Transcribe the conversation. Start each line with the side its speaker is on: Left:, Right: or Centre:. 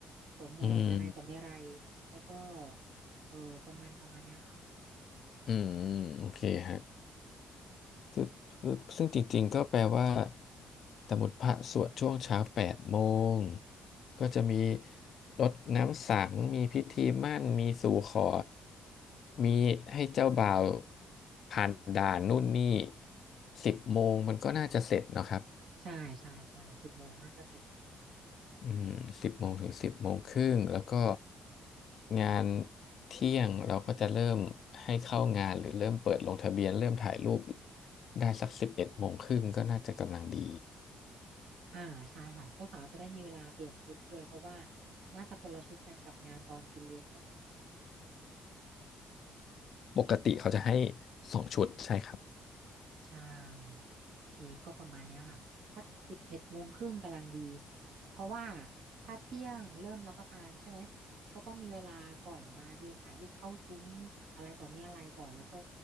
Right: สวมแหวนอะไรต่อไม่อะไร
Left: อืม
Right: แล้วก็เออประมาณประมาณเนี้ยค่ะ
Left: อืมอืมโอเคฮะซึ่งซึ่งจริงๆ ก็แปลว่าสมมติพระสวดช่วงเช้าแปดโมง ก็จะมีรดน้ำสัง มีพิธีหมั้นมีสู่ขอ มีให้เจ้าบ่าวผ่านด่านนู่นนี่สิบโมงมันก็น่าจะเสร็จเนอะครับ
Right: ใช่ใช่ใช่สิบโมงน่าจะเสร็จ
Left: อืมสิบโมงถึงสิบโมงครึ่งแล้วก็งานเที่ยงเราก็จะเริ่มให้เข้างานหรือเริ่มเปิดลงทะเบียนเริ่มถ่ายรูปได้สักสิบเอ็ดโมงครึ่งก็น่าจะกำลังดี
Right: อ่าใช่ค่ะเจ้าสาวจะได้มีเวลาเปลี่ยนชุดด้วยเพราะว่าน่าจะคนละชุดกันกับงานตอนกินเลี้ยงไหม
Left: ปกติเขาจะให้สองชุดใช่ครับ
Right: ใช่โอเคก็ประมาณเนี้ยค่ะสักสิบเอ็ดโมงครึ่งกำลังดีเพราะว่าถ้าเที่ยงเริ่มรับประทานใช่ไหมก็ต้องมีเวลาก่อนมายืนถ่ายรูปเข้าซุ้มอะไรต่อมีอะไรก่อนแล้วก็